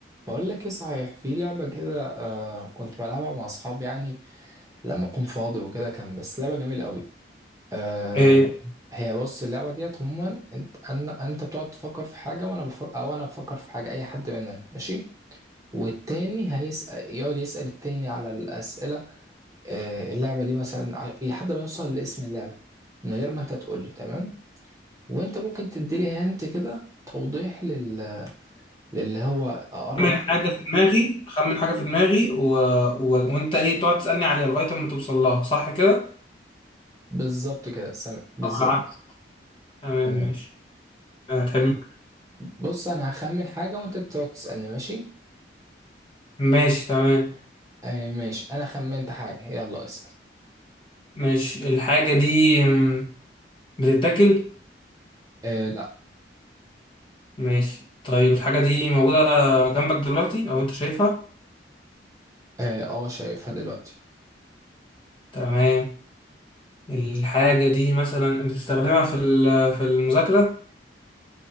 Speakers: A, on the right; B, on the left.
A: بقول لك ايه صحيح في لعبة كده آه كنت بلعبها مع اصحابي يعني لما اكون فاضي وكده كان بس لعبة جميلة قوي آه
B: إيه،
A: هي بص اللعبة ديت عموما انت أنا انت بتقعد تفكر في حاجة وانا بفكر او انا بفكر في حاجة اي حد مننا ماشي والتاني هيسأل يقعد يسأل التاني على الأسئلة آه اللعبة دي مثلا ع- لحد ما يوصل لاسم اللعبة من غير ما انت تقول لي تمام وانت ممكن تدي لي هنت كده توضيح لل... للي هو اقرب
B: خمن حاجة في دماغي خمن حاجة في دماغي و... و... وانت ايه تقعد تسألني عليها لغاية اما توصل لها صح كده؟
A: بالظبط كده سامع بالظبط
B: او العكس تمام
A: تمام
B: ماشي هتحب
A: بص انا هخمن حاجة وانت بتقعد تسألني ماشي
B: ماشي تمام
A: آه ماشي انا خمنت حاجة يلا اسأل
B: ماشي الحاجة دي مم، بتتاكل
A: آه لا
B: ماشي طيب الحاجة دي موجودة جنبك دلوقتي او انت شايفها
A: اه آه، شايفها دلوقتي
B: تمام الحاجة دي مثلا بتستخدمها في ال... في المذاكرة